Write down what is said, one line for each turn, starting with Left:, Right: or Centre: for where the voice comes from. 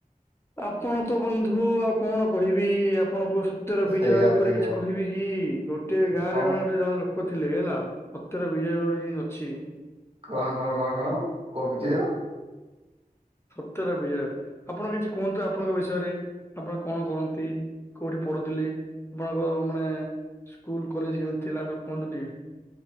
Left: ଆପଣ ତ ବନ୍ଧୁ ଆଉ କଣ କହିବି ଆପଣଙ୍କୁ ସ ଚୋର ବିଜୟ
Right: ସେଇଆ
Left: ଉପରେ
Right: ସେଇଆ
Left: କିଛି କହିବି କି ଗୋଟେ ଗାଁ
Right: କଣ
Left: ରେ ଜଣେ ଗୋଟେ ଜଣେ ଲୋକ ଥିଲେ ହେଲା। ସତରେ ବିଜୟ ଗୋଟେ ଜିନିଷ ଅଛି।
Right: କଣ କଣ କଣ କଣ କୋଉ ବିଜୟ।
Left: ସତ୍ୟର ବିଜୟ ଆପଣ କିଛି କୁହନ୍ତୁ ଆପଣଙ୍କ ବିଷୟରେ ଆପଣ କଣ କରନ୍ତି? କୋଉଠି ପଢୁଥିଲି ଆପଣଙ୍କ ମାନେ ସ୍କୁଲ୍ କଲେଜ୍ କେମିତି ଥିଲା ସବୁ କୁହନ୍ତୁ ଟିକେ?